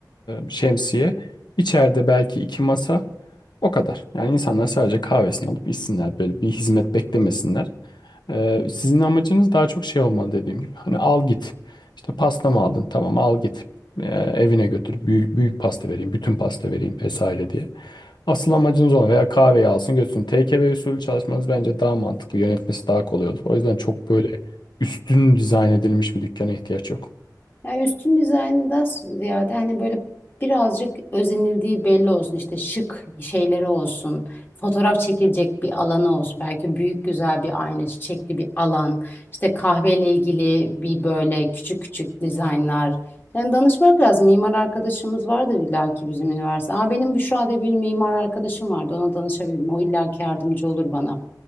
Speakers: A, on the left; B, on the left.
A: şemsiye. İçeride belki iki masa o kadar. Yani insanlar sadece kahvesini alıp içsinler böyle bir hizmet beklemesinler. Ee, sizin amacınız daha çok şey olmalı dediğim gibi. Hani al git. İşte pasta mı aldın? Tamam al git. Ee, evine götür. Büyük, büyük pasta vereyim. Bütün pasta vereyim vesaire diye. Asıl amacınız olan veya kahveyi alsın götürsün. TKV usulü çalışmanız bence daha mantıklı. Yönetmesi daha kolay olur. O yüzden çok böyle üstün dizayn edilmiş bir dükkana ihtiyaç yok.
B: Yani üstün dizaynı da ziyade hani böyle birazcık özenildiği belli olsun. işte şık şeyleri olsun. Fotoğraf çekilecek bir alanı olsun. Belki büyük güzel bir ayna, çiçekli bir alan. İşte kahveyle ilgili bir böyle küçük küçük dizaynlar. Yani danışmak lazım. Mimar arkadaşımız vardır illaki bizim üniversite. Aa, benim Büşra diye bir mimar arkadaşım vardı. Ona danışabilirim. O illaki yardımcı olur bana.